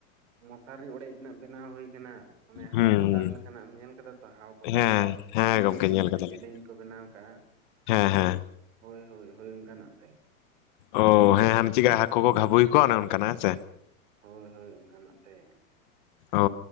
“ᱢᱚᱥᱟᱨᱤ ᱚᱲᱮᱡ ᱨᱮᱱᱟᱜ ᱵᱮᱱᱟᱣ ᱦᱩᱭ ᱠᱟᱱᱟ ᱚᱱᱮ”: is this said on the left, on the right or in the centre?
Right